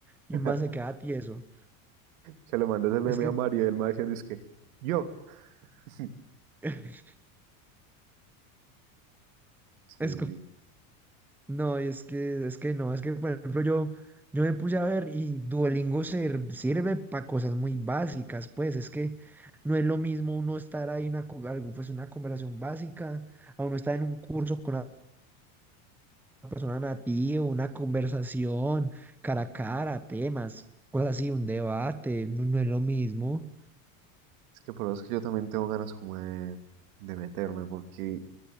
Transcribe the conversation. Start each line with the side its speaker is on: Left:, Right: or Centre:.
Centre: y
Right: <laughs>
Centre: más se queda tieso.
Right: Se le mandé ese meme
Centre: Es que
Right: a Mario y él me va diciendo es que yo. <laughs>
Centre: <laughs>
Right: Sí,
Centre: es como...
Right: sí.
Centre: No, y es que, es que no, es que por ejemplo yo, yo me puse a ver y Duolingo ser- sirve para cosas muy básicas, pues es que no es lo mismo uno estar ahí en una, co- algo, pues, una conversación básica, a uno estar en un curso con una persona nativa, una conversación cara a cara, temas, cosas así, un debate, no, no es lo mismo.
Right: Es que por eso es que yo también tengo ganas como de, de meterme, porque,